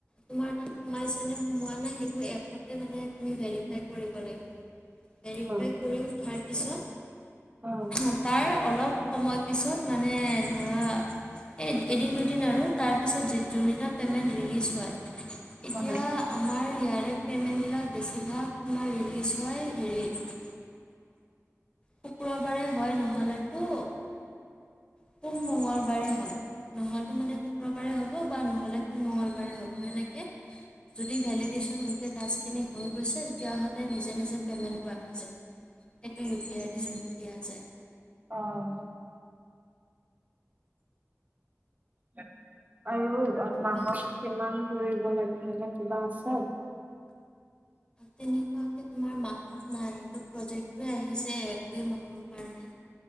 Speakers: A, on the left; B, on the right.
A: তোমাৰ তাত সোমাইছে নে হুমুৱা নাই এপটে মানে তুমি ভাৰিফাই কৰিব লাগিব ভেৰিফাই
B: উম,
A: কৰি উঠাৰ পিছত
B: উম।
A: হ তাৰ অলপ সময়ত পিছত মানে ধৰা এই এদিন দুদিন আৰু তাৰ ত পিছত যিদিনা পেমেণ্ট ৰিলিজ হয় এতিয়া
B: অ',
A: আমাৰ ইয়াৰ ড পে'মেণ্টবিলাক বেছিভাগ মই ৰিলিজ হয় হেৰিত শুক্ৰবাৰে হয় নহ'লেতো সোম মংগলবাৰে হয় নহ'লে মানে শুক্ৰবাৰে হ'ব বা নহ'লে মঙলবাৰে হ'ব, সেনেকে যদি‌ ভেলিডেচন গোটে টাস্ক খিনি হৈ হৈছে, তেতিয়াহ'লে নিজে নিজে পে'মেণ্টবোৰ আহি যায়। সেইটো ইউ পি আই ডিক জোনটো দিয়া যায়।
B: অ'। উ। আৰু মাহত
A: মানে
B: কিমান কৰি কিবা আছ
A: তেনেকুৱাকে তোমাৰ মাহত নাই, এইটো প্ৰজেক্ট হে আহিছে এক দুই মাহৰ কাৰণে।